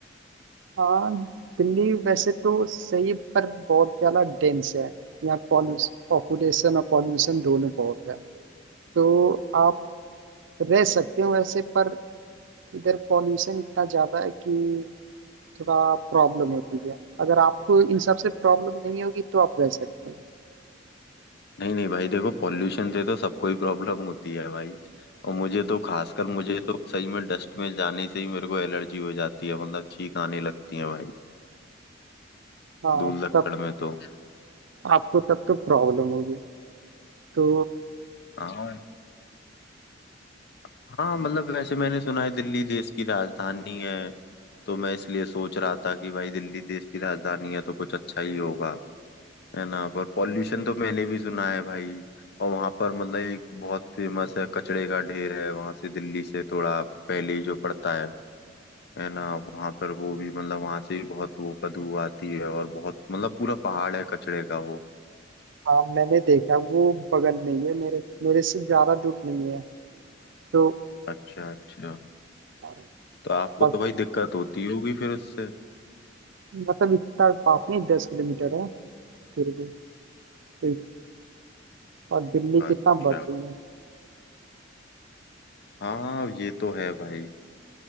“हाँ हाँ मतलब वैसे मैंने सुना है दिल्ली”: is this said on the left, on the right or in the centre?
Left